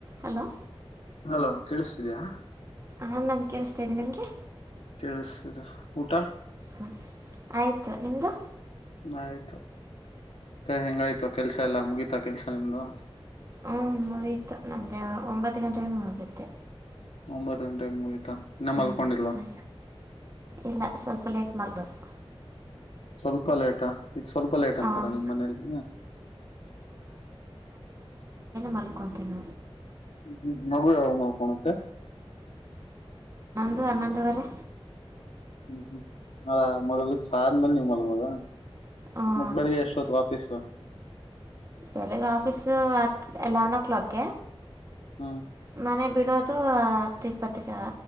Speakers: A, on the right; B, on the left.
A: hello
B: hello ಕೇಳಿಸ್ತಿದ್ಯಾ
A: ಹಾ ನಾನ್ ಕೇಳಸ್ತಾ ಇದ್ದನಿ ನಿಮ್ಗೆ
B: ಕೇಳಿಸ್ತಿದೆ ಊಟ
A: ಹ ಆಯ್ತು ನಿಮ್ದು
B: ಆಯ್ತು ಮೆ ಹೆಂಗಾಯ್ತು ಕೆಲ್ಸ ಎಲ್ಲಾ ಮುಗೀತಾ ಕೆಲ್ಸ ನಿಮ್ದು
A: ಹ್ಮ್ ಮುಗತು ನಂದೆ ಒಂಬತ್ತು ಗಂಟೆೆಗೆ ಮುಗುತ್ತೆ
B: ಒಂಬತ್ತು ಗಂಟೆಗೆ ಮುಗತಾ ಇನ್ನ
A: ಹ್ಞೂ
B: ಮಲ್ಕೊಂಡಿಲ್ವಾ
A: ಹ್ಞೂ ಇಲ್ಲ ಸ್ವಲ್ಪ ಲೇಟ್ ಮಲ್ಗೋದು
B: ಸ್ವಲ್ಪ ಲೇಟಾ ಇ ಸ್ವಲ್ಪ ಲೇಟ್ ಅಂತಾರ
A: ಹಾಂ
B: ನಿಮ್ಮ್ ಮನೇಲಿ
A: ಮಲ್ಕೊಂತನ
B: ಹ್ಮ ಹ್ಮ್ ನಗ ಹ ಮ ಕಣತ್ತ
A: ಅನಂದವರೆ
B: ಹ್ಮ್ ಹ್ಮ್ ಅದ ಮೊದ್ಲಿಕ್ ಸ ಆದ್ಮೇಲೆ ನೀವ್ ಮೊಲ್ಬೋದ
A: ಹ್ಞೂ
B: ಮತ್ತ್ ಬೆಳಗ್ಗೆ ಎಷ್ಟ ಹೊತ್ ಆಫೀಸ
A: ಬೆಳಿಗ್ಗೆ ಆಫೀಸು ಎಲೆವೆನ್ ಓ ಕ್ಲಾಕ್ಗೆ
B: ಹ್ಮ್
A: ಮನೆ ಬಿಟ್ಟ ಇರೋದು ಇಪ್ಪತ್ತ